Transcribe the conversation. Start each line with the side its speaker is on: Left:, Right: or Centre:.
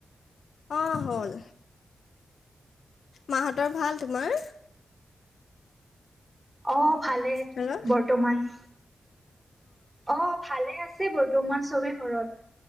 Left: অ হ'ল মাহতৰ ভাল তোমাৰ
Right: অ ভালে
Left: হেল্ল'
Right: বৰ্তমান অ ভালে আছে বৰ্তমান চবে ঘৰত